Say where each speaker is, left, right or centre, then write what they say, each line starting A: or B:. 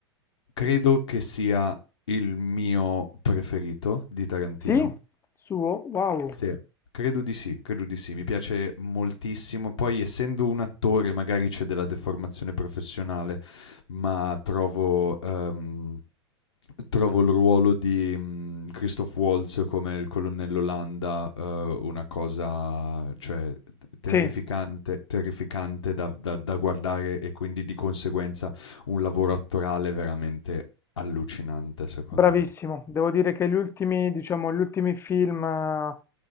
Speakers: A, on the left; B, on the left.
A: Credo che sia il mio preferito di Tarantino.
B: Sì? Suo? Wow.
A: Sì. Credo di sì, credo di sì, mi piace moltissimo. Poi, essendo un attore, magari c'è della deformazione professionale, ma trovo ehm, trovo il ruolo di mh, Christoph Waltz come il colonnello Landa eh, una cosa, cioè, terrificante,
B: Sì.
A: terrificante da, da- da guardare e quindi di conseguenza un lavoro attorale veramente allucinante, secondo
B: Bravissimo,
A: me.
B: devo dire che gli ultimi, diciamo, gli ultimi film eh,